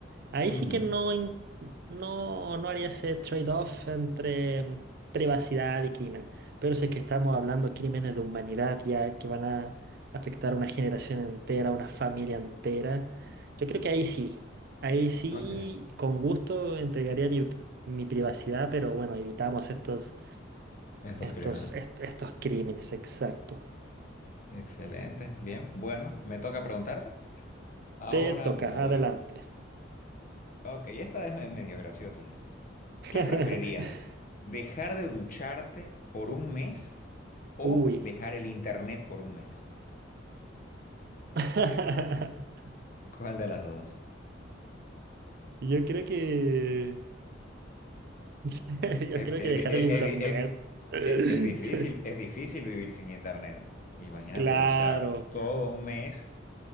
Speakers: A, on the right (about 55°); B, on the left (about 45°).
A: Ahí
B: ujú,
A: sí que no, in- no, no haría ese trade-off entre mm, privacidad y crimen. Pero si es que estamos hablando de crímenes de humanidad ya que van a afectar a una generación entera, a una familia entera, yo creo que ahí sí, ahí sí,
B: ok,
A: con gusto entregaría mi, mi privacidad, pero bueno, evitamos estos,
B: estos
A: estos,
B: crímenes.
A: est- estos crímenes, exacto.
B: Excelente, bien, bueno, me toca preguntarte. Ahora
A: Te toca,
B: voy.
A: adelante.
B: Ok, esta es me- medio graciosa.
A: <laughs>
B: ¿Qué preferirías? ¿Dejar de ducharte por un mes o
A: Uy.
B: dejar el internet por un mes?
A: <laughs>
B: ¿Cuál de las dos?
A: Yo creo que... <laughs> Yo
B: Es,
A: creo
B: es
A: que dejar
B: di- es-
A: el internet.
B: es di- es di-
A: <laughs>
B: es- es difícil, es difícil vivir sin internet. Imagínate,
A: Claro,
B: o sea, todo un mes